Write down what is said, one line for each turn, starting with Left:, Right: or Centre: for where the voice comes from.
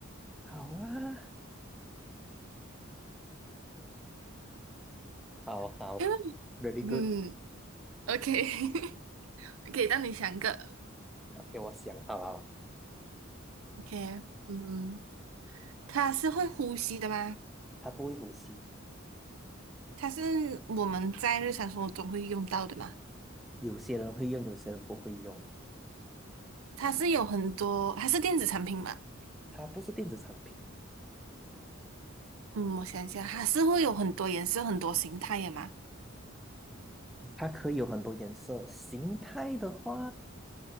Centre: 好啊，好好，very
Right: <laughs> 因为
Centre: good。
Right: 嗯，OK，<laughs> 可以让你想一个
Centre: ，OK，我想好了，
Right: ，OK，嗯，它是会呼吸的吗？
Centre: 它不会呼吸，
Right: 它是我们在日常生活中会用到的吗？
Centre: 有些人会用，有些人不会用。
Right: 它是有很多，它是电子产品吗？
Centre: 它不是电子产品，
Right: 嗯，我想一下，它是会有很多颜色、很多形态的吗？
Centre: 它可以有很多颜色。形态的话，